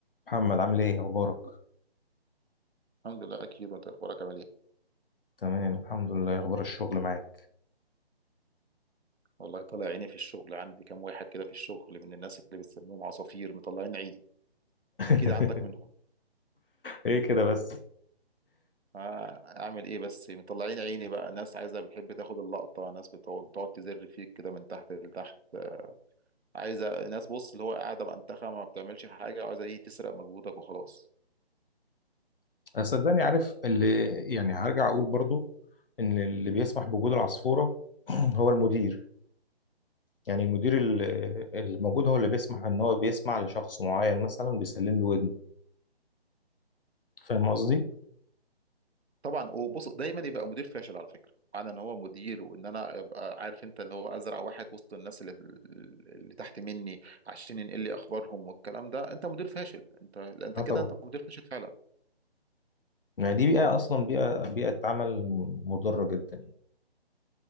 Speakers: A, on the left; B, on the right.
A: محمد عامل ايه اخبارك
B: الحمد لله اكيد وانت اخبارك عامل ايه
A: تمام الحمد لله إيه اخبار الشغل معاك
B: والله طالع عيني في الشغل عندي كام واحد كده في الشغل من الناس اللي بتسميهم عصافير مطلعين عيني
A: <laughs>
B: اكيد عندك منهم
A: ايه كده بس
B: آه، اعمل ايه بس مطلعين عيني بقى ناس عايزه بتحب تاخد اللقطه ناس بتقعد بتقعد تزر فيك كده من تحت لتحت آه، عايزه ناس بص اللي هو قاعده بانتخه ما بتعملش حاجه وعايزه دي تسرق مجهودك وخلاص
A: صدقني عارف اللي يعني هرجع اقول برضو ان اللي بيسمح بوجود العصفورة <clears throat> هو المدير يعني المدير ال- الموجود هو اللي بيسمح ان هو بيسمع لشخص معين مثلا بيسلم له ودنه فاهم قصدي
B: طبعا وبص دايما يبقى مدير فاشل على فكره معنى ان هو مدير وان انا ابقى عارف انت اللي هو ازرع واحد وسط الناس اللي, اللي تحت مني عشان ينقل لي اخبارهم والكلام ده انت مدير فاشل انت لا، انت
A: اه
B: كده
A: طبعا
B: انت مدير فاشل فعلا
A: يعني دي بيئة اصلا بيئة بيئة عمل مضرة جدا